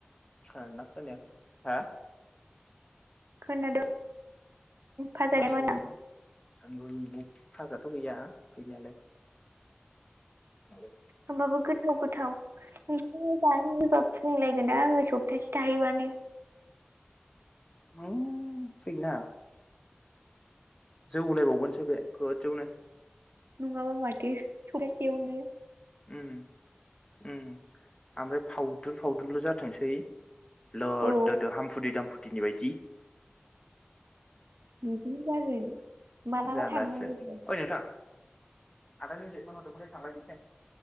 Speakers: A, on the left; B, on the right.
A: खोनादों ना खोनायाखै हा
B: खोनादों फाजा
A: मा
B: गैया
A: सोंदोंमोन
B: होनदां
A: <unintelligible> फाजाथ' गैया गैनायालाय <unintelligible>
B: होमबाबो गोथाव गोथाव नोंसिनि जानो होनोबा फुंलायगोन दा आङो सप्तासे दायो बानो।
A: उम फैना। जौलायबावगोनसो बे गोजौनो।
B: नङाबा माथो सौगासेयावनो।
A: उम उम ओमफ्राय फावदुर फावदुरल जाथोंसै। लोददो
B: औ
A: दो हामफुथि दामफुथ नि बायदि।
B: बिदिनो जागोन। <inaudible>
A: जारलासो
B: थांनांगौ
A: ओइ नोंथां। आदा अनजय फन हरदोंमोनलै थांलाय